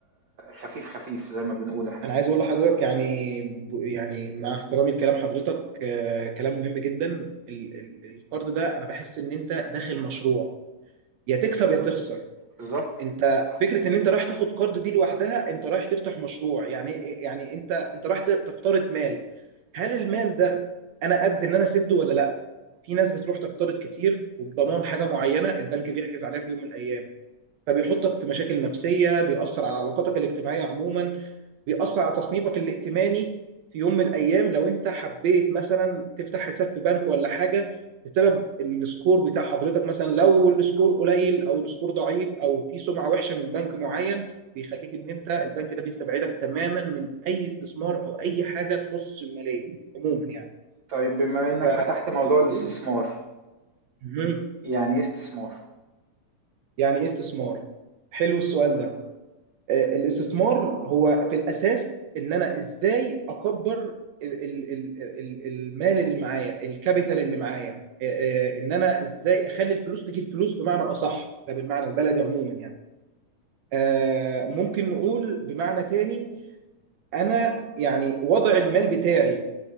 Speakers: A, on the right; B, on the right.
A: خفيف خفيف زي ما بنقول احنا
B: انا عايز اقول لحضرتك يعني ب- يعني مع احترامي لكلام حضرتك آه، كلام مهم جدا ال- ال- القرض ده انا بحس ان انت داخل مشروع يا تكسب يا تخسر
A: بالظبط
B: انت فكره ان انت رايح تاخد قرض دي لوحدها انت رايح تفتح مشروع يعني إيه، يعني انت انت رايح ت- تقترض مال هل المال ده انا قد ان انا اسده ولا لا في ناس بتروح تقترض كتير وبضمان حاجه معينه البنك بيحجز عليها في يوم من الايام فبيحطك في مشاكل نفسية بيأثر على علاقاتك الاجتماعية عموما بيأثر على تصنيفك الائتماني في يوم من الأيام لو أنت حبيت مثلا تفتح حساب في بنك ولا حاجة بسبب السكور بتاع حضرتك مثلا لو السكور قليل أو السكور ضعيف أو في سمعة وحشة من بنك معين بيخليك إن أنت البنك ده بيستبعدك تماما من أي استثمار أو أي حاجة تخص المالية عموما يعني
A: طيب بما انك
B: فممكن
A: فتحت موضوع
B: نقول
A: الاستثمار
B: مهم.
A: يعني ايه استثمار
B: يعني إيه استثمار؟ حلو السؤال ده آه، الاستثمار هو في الاساس ان انا ازاي اكبر ال- ال- ال- ال- المال اللي معايا الكابيتال اللي معايا آه، آه، ان انا ازاي اخلي الفلوس تجيب فلوس بمعنى اصح ده بالمعنى البلدي عموما يعني آه، ممكن نقول بمعنى تاني انا يعني وضع المال بتاعي